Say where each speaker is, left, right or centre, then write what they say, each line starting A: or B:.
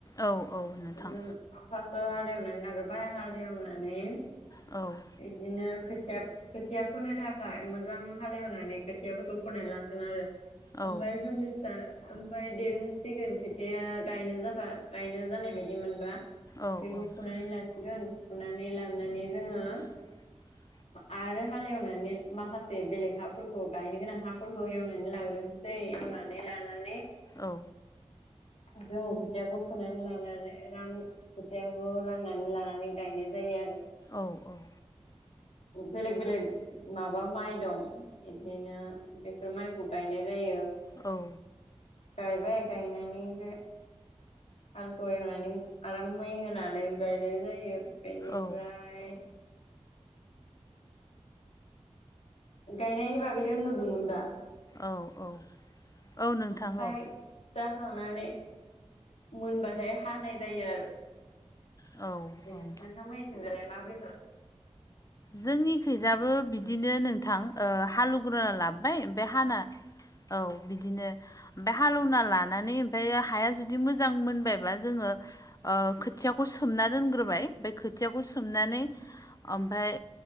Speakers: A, on the left; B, on the left.
A: औ औ नोंथां
B: जों फार्स्टआव हाल एवनानै लाग्रोबाय हाल एवनानै
A: औ
B: बिदिनो खोथिया खोथिया फोनो थाखाय मोजां हाल एवनानै खोथियाफोरखौ फोनानै लासिगोन आरो
A: औ
B: ओमफ्राय जोंनिजा ओमफ्राय देरहोसिगोन खोथिया गायनो जाबा गायनो जानाय बायदि मोनबा
A: औ
B: बेखौ
A: औ
B: फुनानै लासिगोन फुनानै लानानै जोङो
A: <inaudible>
B: आरो हालएवनानै माखासे बेलेग हाफोरखौ गायनो गोनां हाफोरखौ एवनानै लाग्रोनो एवनानै लानानै
A: औ
B: जोङो खोथियाखौ फुनानै लानानै रां खेथियाखौ राननानै लानानै गायनाय जायो आरो
A: औ औ
B: बेलेग बेलेग माबा माइ दं बिदिनो बेफोर माइखौ गायनाय जायो।
A: औ
B: गायबाय गायनानैबो हालखौ एवनानै आराम मै होनानै गायनाय जायो बेनिफ्राय
A: औ
B: गायनायनि बागलि होन नुदोंमोन दा
A: औ औ औ नोंथां
B: ओमफ्राय
A: औ
B: जाखांनानै मोनबाथाय हानाय जायो आरो
A: औ
B: बेनो
A: औ
B: नोंथां मिनिथिंजालाय माबोरै खालाम
A: जोंनिखैजाबो बिदिनो नोंथां ओ हालवग्रा लाबोबाय ओमफ्राय हाना औ बिदिनो ओमफफ्राय हालेवना लानानै ओमफ्राय हाया जुदि मोजां मोनबायबा जोङो ओ खोथियाखौ सोमना दोनग्रोबाय ओमफ्राय खोथियाखौ सोमनानै ओमफ्राय